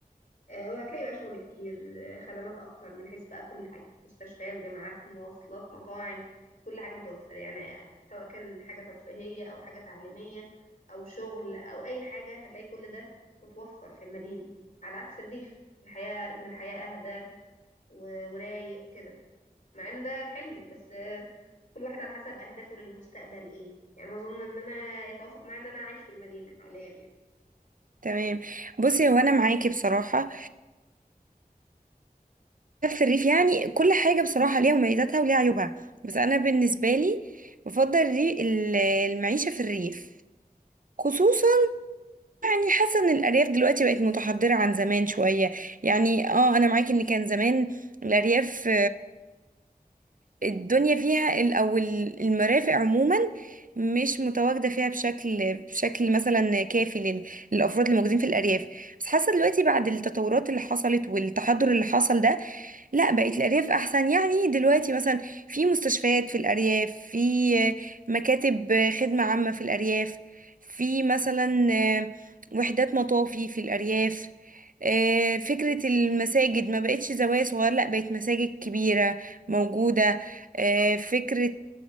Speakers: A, on the left; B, on the right.
A: آه، وهتلاقي بقى شغل كتير آه، خدمات اكتر من حيث بقى كل حاجه مستشفيات جامعات مواصلات مطاعم كل حاجه متوفره يعني سواء كان حاجه ترفيهيه او حاجه تعليميه او شغل او اي حاجه هتلاقي كل ده متوفر في المدينه على عكس الريف الحياه رتم الحياه اهدى و- ورايق كده مع ان ده حلو بس آه، كل واحد على حسب اهدافه للمستقبل ايه يعني اظن ان انا يتوافق معايا ان انا اعيش في المدينه حاليا يعني
B: تمام بصي هو انا معاكي بصراحة في الريف يعني كل حاجة بصراحة ليها مميزاتها وليها عيوبها بس انا بالنسبة لي بفضل الري- ال- المعيشة في الريف خصوصا يعني حاسه ان الارياف دلوقتي بقت متحضره عن زمان شويه يعني اه انا معاكي ان كان زمان الارياف الدنيا فيها ال- او ال- المرافق عموما مش متواجده فيها بشكل بشكل مثلا كافي لل- للافراد الموجودين في الارياف بس حاسه دلوقتي بعد التطورات اللي حصلت والتحضر اللي حصل ده لا بقت الأرياف أحسن يعني دلوقتي مثلا في مستشفيات في الأرياف في مكاتب خدمة عامة في الأرياف في مثلا وحدات مطافي في الأرياف آه، فكرة المساجد ما بقتش زوايا صغيرة لا بقت مساجد كبيرة موجودة آه، فكرة